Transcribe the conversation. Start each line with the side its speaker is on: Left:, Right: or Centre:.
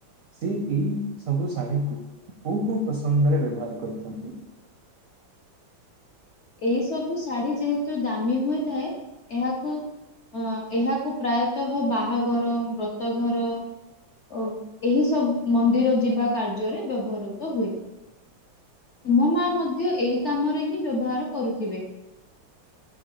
Right: ସିଏ ଏଇ ସବୁ ଶାଢ଼ୀକୁ କୋଉ କୋଉ ପ୍ରସଙ୍ଗରେ ବ୍ୟବହାର କରିଛନ୍ତି।
Left: ଏଇ ସବୁ ଶାଢୀ ଯେହେତୁ ଦାମୀ ହୋଇଥାଏ ଏହାକୁ। ଅ ଏହାକୁ ପ୍ରାୟତଃ ବାହାଘର ବ୍ରତ ଘର। ଓ ଏହି ସବ ମନ୍ଦିର ଯିବା କାର୍ଯ୍ୟରେ ବ୍ୟବହୃତ ହୁଏ। ତୁମ ମା ମଧ୍ୟ ଏହି କାମରେ ହିଁ ବ୍ୟବହାର କରୁଥିବେ।